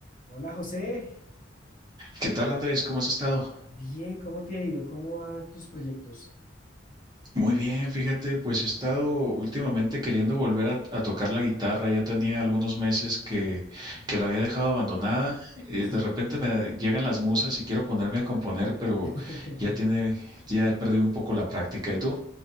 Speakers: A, on the left; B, on the right.
A: Hola José,
B: ¿Qué tal, Andrés? ¿Cómo has estado?
A: bien, ¿cómo te ha ido? ¿Cómo van tus proyectos?
B: Muy bien, fíjate, pues he estado últimamente queriendo volver a, a tocar la guitarra. Ya tenía algunos meses que, que la había dejado abandonada. Eh,
A: Sí,
B: de repente me llegan las musas y quiero ponerme a componer, pero
A: <laughs>
B: ya tiene, ya he perdido un poco la práctica. ¿Y tú?